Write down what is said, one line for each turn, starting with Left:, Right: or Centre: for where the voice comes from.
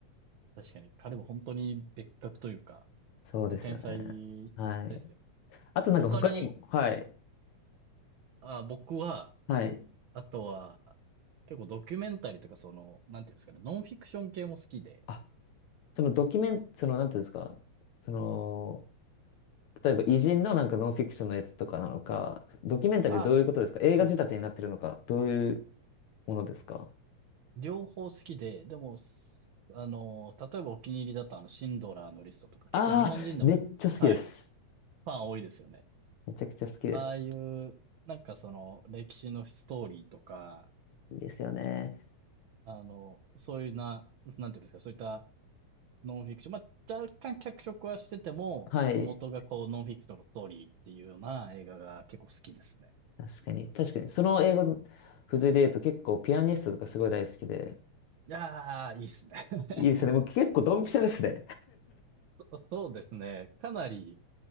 Right: 確かに彼は本当に別格というか、
Left: そうですよね。
Right: 本当天才ですよ。
Left: はい。あとなんか他にも、
Right: 他に、
Left: はい。
Right: あ、僕は、
Left: はい。
Right: あとは、結構ドキュメンタリーとかその、なんていうんですかね、ノンフィクション系も好きで、
Left: あ、そのドキュメン、その、なんていうんですか、その、例えば偉人のなんかノンフィクションのやつとかなのか、ドキュメンタリーどういうことですか映画仕立てになってるのか、
Right: あ、そうです。
Left: どういうものですか
Right: 両方好きで、でも、すあの、例えばお気に入りだとあの、シンドラーのリストとか、結構日本人でも、
Left: ああ、めっちゃ好きです。
Right: はい、ファン多いですよね。
Left: めちゃくちゃ好きです。
Right: ああいう、なんかその、歴史のストーリーとか、
Left: いいですよね。
Right: あの、そういうな、なんていうんですか、そういったノンフィクション、まあ、若干脚色はしてても、
Left: はい。
Right: その元がこう、ノンフィクションのストーリーっていうような映画が結構好きですね。
Left: 確かに。確かに。その英語の付随で言うと結構ピアニストとかすごい大好きで。
Right: いやー、いいっすね。<laughs>
Left: いいですね。もう結構ドンピシャですね。
Right: そそうですね。かなり、